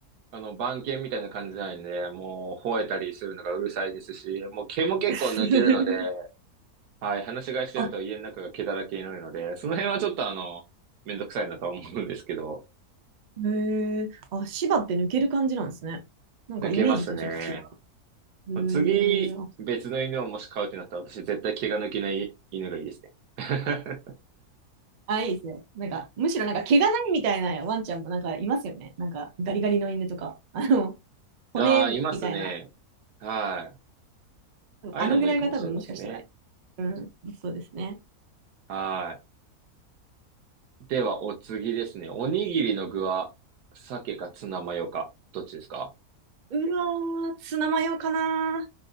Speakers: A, on the right; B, on the right.
A: あの、番犬みたいな感じなんで、もう、吠えたりするのがうるさいですし、もう毛も結構抜けるので、
B: <laughs>
A: はい、話し飼いしてると家の中が毛だらけになるので、
B: あ、
A: その辺はちょっとあの、めんどくさいなとは思うんですけど、
B: へえ、あ、芝って抜ける感じなんですね。なんかイメージとちょっと違
A: 抜けますね。
B: う。
A: まあ次、
B: へえ、あ、
A: 別の犬をもし飼うってなったら、私絶対毛が抜けない犬がいいですね。<laughs>
B: いいですね。なんか、むしろなんか毛がないみたいなワンちゃんもなんかいますよね。なんかガリガリの犬とか、<laughs> あの、骨みたいな。
A: ああ、いますね。はい。ああいうのもいいかもしれないですね。
B: あのぐらいが多分もしかしたら、うん、そうですね。
A: はい。では、お次ですね。おにぎりの具は、鮭かツナマヨか、どっちですか
B: うわー、ツナマヨかな。